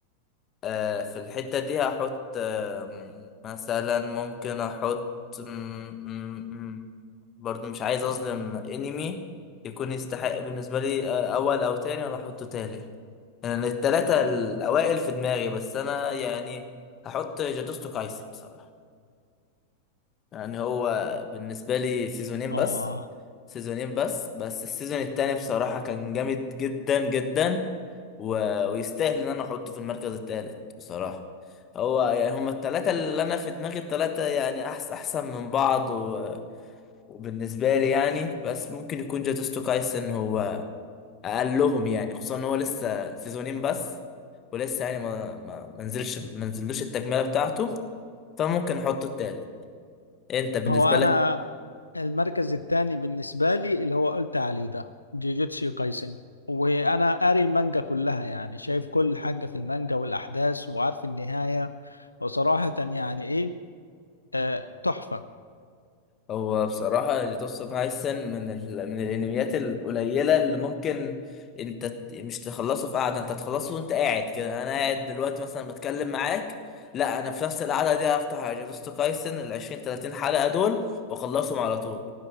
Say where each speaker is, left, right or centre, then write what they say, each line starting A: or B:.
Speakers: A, on the left (about 30°); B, on the left (about 85°).
A: آه في الحتة دي هحط آه م- مثلا ممكن احط م- م- م- برضو مش عايز اظلم انمي يكون يستحق بالنسبة لي آه اول او تاني انا احطه تالت يعني التلاتة الاوائل في دماغي بس انا يعني هحط جادوستو كايسن بصراحة يعني هو بالنسبة لي سيزونين
B: اه
A: بس سيزونين بس بس السيزون التاني بصراحة كان جامد جدا جدا و... ويستاهل ان انا احطه في المركز التالت بصراحة هو يعني هما التلاتة اللي انا في دماغي التلاتة يعني احسن احسن من بعض و... وبالنسبة لي يعني بس ممكن يكون جاتوستو كايسن هو اقلهم يعني خصوصا ان هو لسه سيزونين بس ولسه يعني ما ما ما نزلش ما نزلوش التكملة بتاعته فممكن احطه التالت انت بالنسبة
B: هو انا
A: لك
B: المركز الثاني بالنسبه لي اللي هو قلت عليه ده جيجيتسو كايسن وانا قاري المانجا كلها يعني شايف كل حاجه في المانجا والاحداث وعارف النهايه وصراحه يعني ايه آه تحفه
A: هو بصراحة جوتوتسو كايسن من ال... من الانميات القليلة اللي ممكن انت ت- مش تخلصه في قعدة انت تخلصه وانت قاعد كده انا قاعد دلوقتي مثلا بتكلم معاك لا انا في نفس القعدة دي هفتح جوتوتسو كايسن ال 20 30 حلقة دول واخلصهم على طول